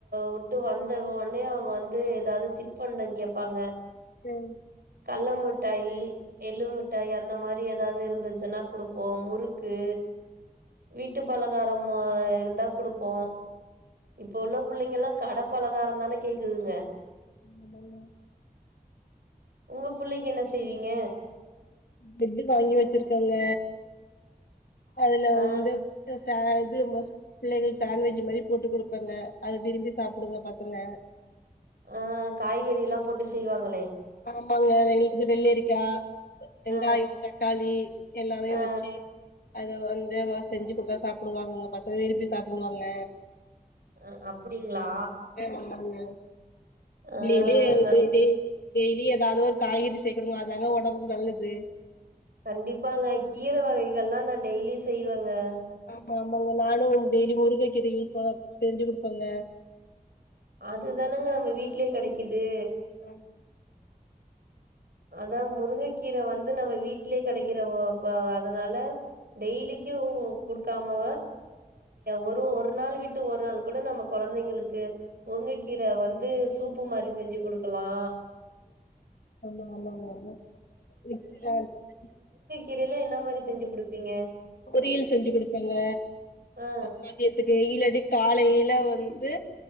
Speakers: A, on the right; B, on the left.
A: வுட்டு வந்த உனே அவுங்க வந்து ஏதாவது தின்பண்டம் கேட்பாங்க
B: உம்
A: கல்ல முட்டாயி எள்ளு மிட்டாயி அந்த மாரி ஏதாவது இருந்துச்சுன்னா குடுப்போம் முறுக்கு வீட்டு பலகாரம் இருந்தா குடுப்போம் இப்ப உள்ள புள்ளைங்கலாம் கடை பலகாரம் தானே கேக்குதுங்க
B: உஹ <unintelligible>
A: உங்க புள்ளைக்கு என்ன செய்வீங்க
B: பிரட்டு வாங்கி வச்சிருக்கங்க அதுல
A: ஆ
B: வந்து இது பிள்ளைங்களுக்கு சான்வெஜ் மாரி போட்டு குடுப்பங்க அத விரும்பி சாப்டுங்க பசங்க
A: ஆஹ காய்கறிலாம் போட்டு செய்வாங்களே
B: ஆமாங்க வெது வெள்ளரிக்காய் வெங்காயம்
A: ஆ
B: தக்காளி எல்லாமே
A: ஆ
B: வச்சு அத வந்து செஞ்சு கொடுத்தா சாப்டுவாங்க பசங்க விரும்பி சாப்டுவாங்க
A: அஹ அப்டிங்களா
B: ஆமாங்க
A: அஹ
B: டெய்லி
A: ந
B: டெ டெ டெய்லி ஏதாவது ஒரு காய்கறி சேர்க்கணுங்க அதாங்க உடம்புக்கு நல்லது
A: கண்டிப்பாங்க கீர வகைகள்லாம் நா டெய்லி செய்வேன் அஹ
B: ஆமா ஆமாங்க நானும் டெய்லிம் முருங்கை கீரை யூஸ் ப செஞ்சு குடுப்பங்க
A: அதுதானங்க நம்ம வீட்லயே கெடைக்குது
B: ஆம்
A: அதான் முருங்கைக்கீர வந்து நம்ம வீட்லே கிடைக்கிறப்ப அதனால டெய்லிக்கும் குடுக்காம ஒரு ஒரு நாள் விட்டு ஒரு நாள் கூட நம்ம குழந்தைங்களுக்கு முருங்கைக்கீரை வந்து சூப்பு மாரி செஞ்சு கொடுக் கலாம்
B: ஆமா ஆமா ஆ ஆமா <unintelligible>
A: கீரையில்ல என்ன மாரி செஞ்சு கொடுப்பீங்க
B: பொரியல் செஞ்சு கொடுப்பங்க
A: ஆ
B: மதியத்துக்கு டெய்லடி காலையில வந்து